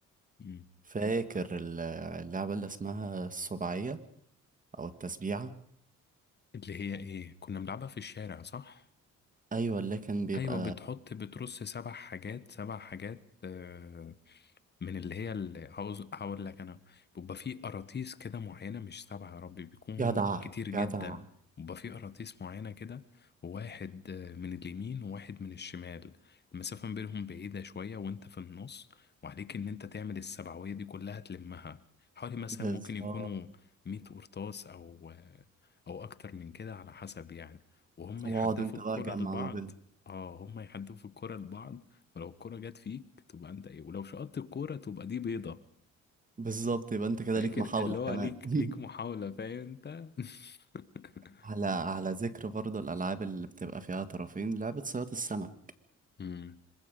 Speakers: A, on the left (about 35°); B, on the right (about 25°).
A: مم.
B: فاكر ال- اللعبة اللي اسمها السبعية أو التسبيعة
A: اللي هي إيه كنا بنلعبها في الشارع صح؟
B: أيوة اللي كان بيبقى
A: أيوة بتحط بترص سبع حاجات سبع حاجات آه، من اللي هي اللي هعوز- هقول لك انا بيبقى في قراطيس كده معينه مش سبعه يا ربي بيكونوا
B: جدع
A: كتير جدا
B: جدع
A: بيبقى في قراطيس معينه كده واحد آه، من اليمين وواحد من الشمال المسافه ما بينهم بعيده شويه وانت في النص وعليك ان انت تعمل السبعويه دي كلها تلمها حوالي مثلا
B: بالظبط
A: ممكن يكونوا 100 قرطاس او آه، او اكتر من كده على حسب يعني وهم
B: واقعد
A: يحدفوا
B: انت
A: الكره
B: بقى جمع
A: لبعض
B: ما بينهم
A: اه هم يحدفوا الكره لبعض ولو الكرة جت فيك تبقى انت ايه ولو شقطت الكرة تبقى دي بيضة
B: بالظبط يبقى انت كده
A: فاكر
B: ليك محاولة
A: اللي هو
B: كمان
A: ليك
B: <laughs>
A: ليك محاولة فاهم انت <laughs>
B: على على ذكر برضه الألعاب اللي بتبقى فيها طرفين لعبة صياد السمك
A: امم